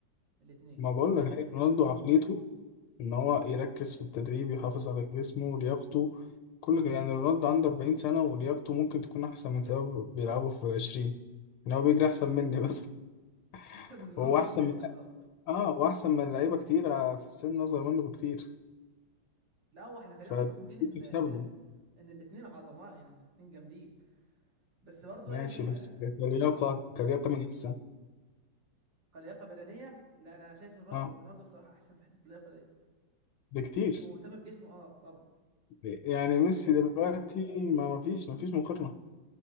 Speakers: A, on the right; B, on the left.
A: الاثنين
B: ما بقول
A: خلى
B: لك
A: الناس
B: هي
A: تحبه
B: رونالدو عقليته ان هو يركز في التدريب يحافظ على جسمه ولياقته كل يعني رونالدو عنده 40 سنة ولياقته ممكن تكون احسن من سبب بيلعبوا في العشرين ان هو بيجري احسن مني بس
A: احسن
B: <laughs>
A: من معظم
B: هو احسن
A: الناس
B: من
A: يعتبر
B: اه واحسن من لعيبة كتير آه، في السن اصغر منه بكتير
A: لا هو احنا خلينا
B: فدي
A: متفقين ان
B: تحسب له
A: ان الاثنين عظماء يعني الاثنين جامدين بس برضه
B: ماشي
A: يعني
B: بس كلياقة
A: اه
B: كلياقة من احسن
A: كلياقه بدنيه لا انا شايف ان رونالدو
B: اه
A: رونالدو الصراحه احسن في حته اللياقه ديت
B: بكتير
A: هو مهتم بجسمه اه طبعا
B: يعني
A: يعني
B: ميسي
A: دي حاجه
B: دلوقتي ما ما فيش ما فيش مقارنة